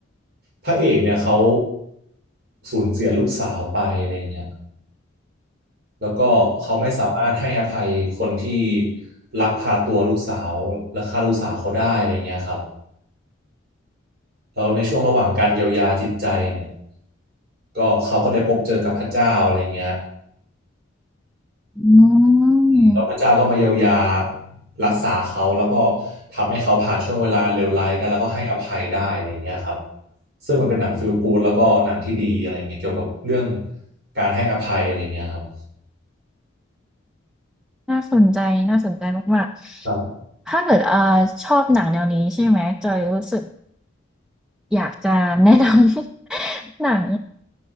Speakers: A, on the right; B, in the centre.
A: พระเอกเนี่ยเขาสูญเสียลูกสาวไปอะไรอย่างเงี้ยแล้วก็เขาไม่สามารถให้อภัยคนที่ลักพาตัวลูกสาวและฆ่าลูกสาวเขาได้อะไรเงี้ยครับแล้วในช่วงระหว่างการเยียวยาจิตใจเนี่ย ก็เขาก็ได้พบเจอกับพระเจ้าอะไรเงี้ย
B: อืม
A: แล้วพระเจ้าก็มาเยียวยารักษาเขาแล้วก็ทำให้เขาผ่านช่วงเวลาอันเลวร้ายได้แล้วก็ให้อภัยได้อะไรอย่างเงี้ยครับซึ่งมันเป็นหนังฟีลกู๊ดแล้วก็หนังที่ดีอะไรอย่างเงี้ยเกี่ยวกับเรื่องการให้อภัยอะไรอย่างเงี้ยครับ
B: น่าสนใจน่าสนใจมาก
A: ครับ
B: ๆถ้าเกิดเอ่อชอบหนังแนวนี้ใช่ไหมจอยรู้สึกอยากจะแนะนำ <laughs> หนัง